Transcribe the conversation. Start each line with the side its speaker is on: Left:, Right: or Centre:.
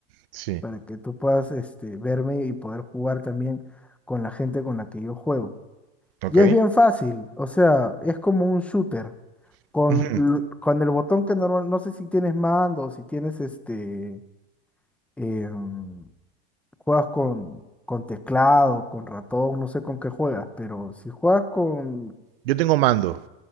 Right: sí,
Centre: para que tú puedas este, verme y poder jugar también con la gente con la que yo juego.
Right: ok.
Centre: Y es bien fácil, o sea, es como un shooter.
Right: <laughs>
Centre: Con,
Right: Ujú.
Centre: l- con el botón que normal, no sé si tienes mando, si tienes este, em, juegas con, con teclado, con ratón, no sé con qué juegas, pero si juegas con,
Right: Yo tengo mando.